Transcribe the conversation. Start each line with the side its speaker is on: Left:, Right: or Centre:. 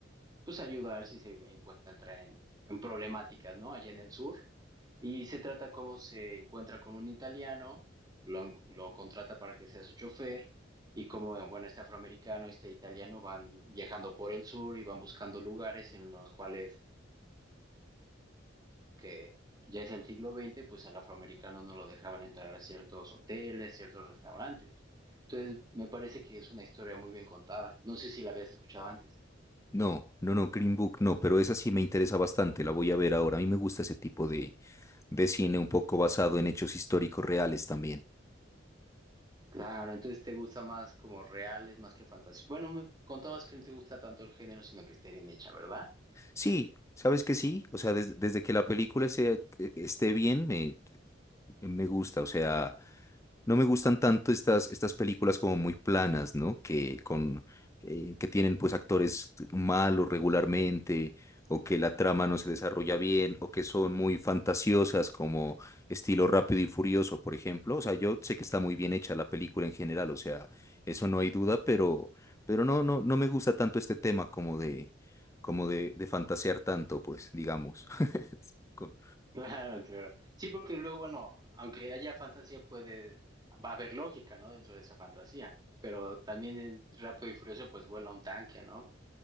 Right: pues ayudar si se encuentra en, en problemáticas, ¿no? Allá en el sur. Y se trata cómo se encuentra con un italiano, lo, lo contrata para que sea su chofer y como, bueno, este afroamericano y este italiano van viajando por el sur y van buscando lugares en los cuales que ya es el siglo XX, pues al afroamericano no lo dejaban entrar a ciertos hoteles, ciertos restaurantes. Entonces, me parece que es una historia muy bien contada. No sé si la habías escuchado antes.
Left: No, no, no, Green Book no, pero esa sí me interesa bastante, la voy a ver ahora. A mí me gusta ese tipo de, de cine un poco basado en hechos históricos reales también.
Right: Claro, entonces te gusta más como reales, más que fantasía. Bueno, me contabas que no te gusta tanto el género, sino que esté bien hecha, ¿verdad? <laughs>
Left: Sí, sabes que sí, o sea, des- desde que la película sea- esté bien, me, me gusta, o sea, no me gustan tanto estas, estas películas como muy planas, ¿no? Que, con, eh, que tienen pues actores malos regularmente, o que la trama no se desarrolla bien, o que son muy fantasiosas como estilo Rápido y Furioso, por ejemplo. O sea, yo sé que está muy bien hecha la película en general, o sea, eso no hay duda, pero, pero no, no, no me gusta tanto este tema como de, como de, de fantasear tanto, pues, digamos. <laughs> Con-
Right: Claro, claro. Sí, porque luego, bueno, aunque haya fantasía, puede, va a haber lógica, ¿no? Dentro de esa fantasía. Pero también en Rápido y Furioso, pues vuela un tanque, ¿no?